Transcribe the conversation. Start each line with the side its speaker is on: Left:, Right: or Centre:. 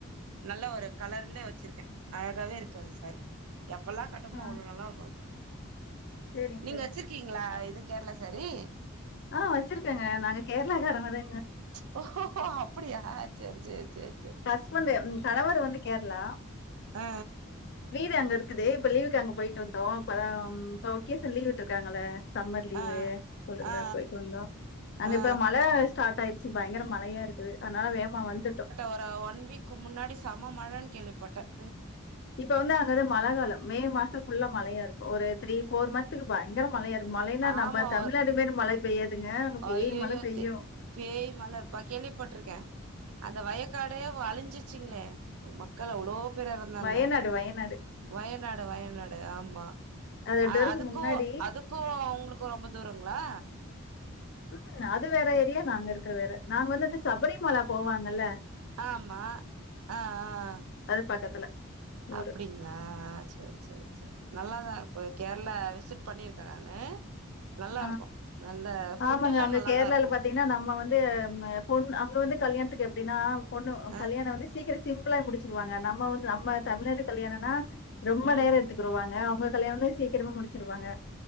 Right: நல்லா ஒரு கலர்ல வச்சிருக்கேன் அழகாவே இருக்கு அது சாரி எப்லாம் கட்டமோ
Left: ஆ.
Right: அவ்ளோ நல்லா இருக்கு அது
Left: சரிங்க,
Right: நீங்க
Left: சரிங்க.
Right: வச்சிருக்கீங்களா இது கேரளா சேரி
Left: ஆ வச்சிருக்கேங்க நாங்க கேரளக்காரங்கத
Right: ஹோஹோ அப்டியா சேரி சேரி சேரி சேரி
Left: ஹஸ்பண்ட் ம் கணவர் வந்து கேரளா
Right: ஆ
Left: வீடு அங்க இரு க்குது இப்ப லீவுக்கு அங்க போயிட்டு வந்தோம் இப்பதா ம் இப்ப ஒக்கேச லீவ்விட்ருக்காங்கள சம்மர் லீவு
Right: ஆ ஆ
Left: ஸ்புல்டுலா
Right: ஆ ஆ
Left: போய்ட்டு வந்தோ அங்க
Right: ஆ ஆ
Left: இப்ப மழ ஸ்டார்ட் ஆய் பயங்கர மழயா இருஞ்சி இது அனால வேமா வந்துட்டோம்
Right: ஒர ஒன் வீக்கு முன்னாடி சம மழ கேள்விப்பட்டேன்
Left: இப்ப வந்து அங்கத மலகாலோ மே மாசம் புல்லா மலையா இருக்கு ஒரு த்ரீ போர் மன்த்க்கு பயங்கரோ ம மலையா இருக்கு மலைன்னா நம்ம
Right: ஆமா
Left: தமிழ்நாட்டு
Right: ஒரு
Left: மேரி மலை பெய்யாதுங்க அங்க பேய்
Right: ஐயையோ
Left: மலை பெய்யு
Right: தே பேய் மல பா கேள்விப்பட்ருக்கே அந்த வயக்காடே அலிஞ்சிச்சிங்களே மக்க மக்கள் அவ்வளோ பேர் எறந்தாங்க
Left: வயநாடு வயநாடு.
Right: வயநாடு வயநாடு ஆமா
Left: அது வருஷம்
Right: அதுக்கு
Left: முன்னாடி
Right: அதுக்கு அவங்களுக்கு ரொம்ப த போறாங்களா
Left: உம் அது வேற ஏரியா நாங்க இருக்கோ வேற நாங்க வந்துட்டு சபரிமலை போவாங்கல
Right: ஆமா ஆ ஆ
Left: அது பக்கத்துல
Right: அப்டிங்களா
Left: ஊரு.
Right: செரி செரி செரி நல்லா தா இருக்கு கேரளா விசிட் பண்ணியிருக்கே நானு நல்லாருக்கு
Left: ஆ
Right: நல்ல ஃபுட்டெல்லா
Left: ஆமாங்க அங்க
Right: நல்லாதா
Left: கேரளலா
Right: இருக்கு
Left: பாத்தீங்கன்னா நம்ம வந் பொண்ணு அங்க வந்து கல்யாணத்துக்கு எப்படினா பொண்ணு
Right: அ
Left: கல்யாணோ வந்து சீக்கிர சீ சிம்பிளா முடிச்சிருவாங்க நம்ம வந்து நம்ம தமிழ்நாட்டு கல்யாணோனா ரொம்ப
Right: ம்
Left: நேரோ எடுத்துக்குருவாங்க உங்க கல்யாணமே சீக்கிரமா முடிச்சிருவாங்க